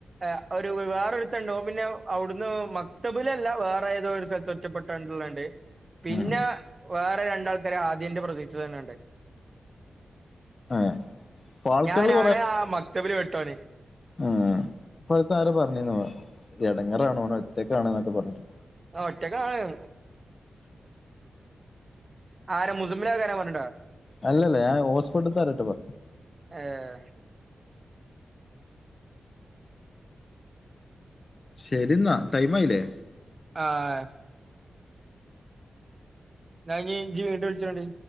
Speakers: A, on the right (about 45°); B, on the left (about 50°).
A: അ് ഒരു വേറൊരുത്തൻണ്ട്. ഓപിന്നെ അവ്ടുന്ന് മക്തബിലല്ല വേറെതോ ഒരു സ്ഥലത്ത് ഒറ്റപ്പെട്ട് ല്ണ്ട് പിന്നെ
B: ഉം
A: വേറെ രണ്ടാൾക്കാര് ആദ്യന്റെ പ്രൊസിക്റ്റിലെന്നെണ്ട്.
B: ഏഹ് ഫാൾക്കണില്
A: ഞാനാണ് ആ മക്തബിൽ പെട്ടോന്.
B: ഉം പ്പത്ത് ആരോ പർഞ്ഞീന് എടങ്ങേറാണ് ഓന് ഒറ്റക്കാണ്ന്നൊക്കെ പറഞ്ഞി
A: ആ ഒറ്റക്കാണ് ആരെ മുസബിൽ കാരെ പറ ഞ്ഞിട.
B: അല്ലല്ല ഞാൻ ഓസ്പോടുത്താറിട്ട്പോ
A: ഏഹ്
B: ശരി ന്നാ ടൈം ആ യിലെ
A: ആഹ്‌ ഞനീ ജ് ഇങ്ങോട്ട് വിളിച്ചോടി